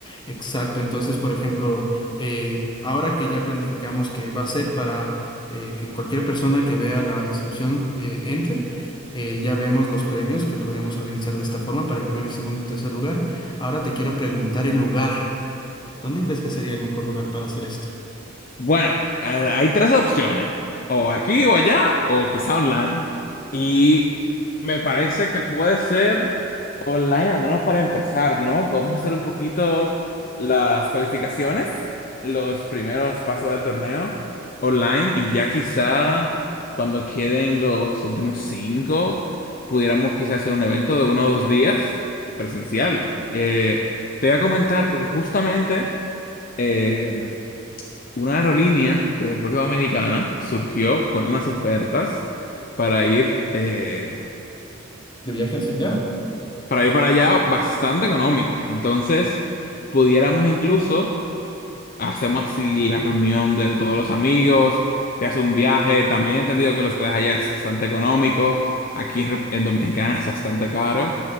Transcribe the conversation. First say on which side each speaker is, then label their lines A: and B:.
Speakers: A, on the left; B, on the left.
A: Exacto. Entonces, por ejemplo, eh, ahora que ya planificamos que va a ser para eh, que cualquier persona que vea la inscripción eh, entre, eh, ya vemos los premios que podríamos organizar de esta forma para el primer y segundo y tercer lugar. Ahora te quiero preguntar el lugar. ¿Dónde crees que sería el mejor lugar para hacer esto?
B: Bueno, a- hay tres opciones, o aquí o allá, o quizá online. Y me parece que puede ser online, al menos para empezar, ¿no? Podemos hacer un poquito las cualificaciones, los primeros pasos del torneo online, y ya quizá cuando queden los últimos cinco, pudiéramos quizá hacer un evento de uno o dos días presencial. Eh, te voy a comentar porque justamente... em, una aerolínea de República Dominicana surgió con unas ofertas para ir, eh,
A: De viaje hacia allá.
B: para ir para allá bastante económico. Entonces, pudiéramos incluso, hacemos así la reunión de todos los amigos, se hace un viaje, también he entendido que los hospedaje allá es bastante económico, aquí en, Rep- en Dominicana es bastante caro,